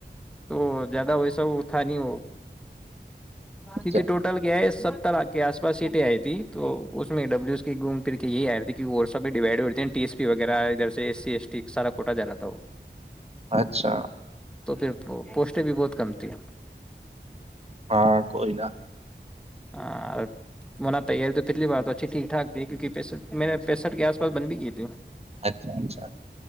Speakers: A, in the centre; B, on the right (about 35°).
A: تو زیادہ ویسا وہ تھا نہیں ہو
B: اچھا
A: کیونکہ ٹوٹل کیا ہے سب کے آس پس سیٹییں آئی تھی تو اس میں ڈبلوس گھوم پھر کے یہ آ رہی تھی کہ وہ سب بھی ڈیوائڈ ہوی ٹی ایس پی وغیرہ ادھر سے ای سی ایس ٹی سارا کوٹا جا رہا تھا وہ
B: اچھا
A: تو پھر پوسٹیں بھی بہت کم تھیں
B: ہاں کوئی ن
A: ہاں وہنا تیاری تو پچھلی بار تو اچھی ٹھیک ٹھاک تھی کیک پسٹھ میں نے پینسٹھ کے آس پاس بن بھی کی تھی تو
B: اچھا اچھا